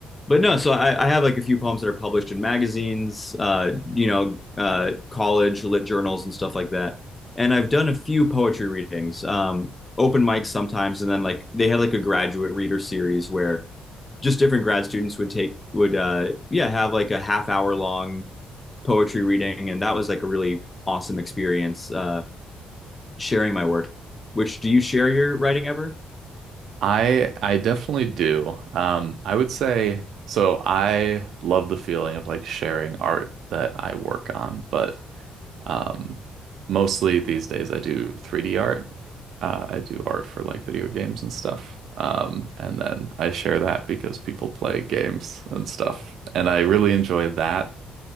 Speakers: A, on the left; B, on the right.
A: But no, so I, I have like a few poems that are published in magazines, uh, you know, uh, college lit journals and stuff like that. And I've done a few poetry readings, um, open mics sometimes, and then like they had like a graduate reader series where just different grad students would take would uh, yeah have like a half hour long poetry reading, and that was like a really awesome experience uh, sharing my work. Which do you share your writing ever?
B: I I definitely do. Um, I would say so I love the feeling of like sharing art that I work on, but Um, mostly these days I do 3D art. Uh, I do art for like video games and stuff. Um, and then I share that because people play games and stuff. And I really enjoy that.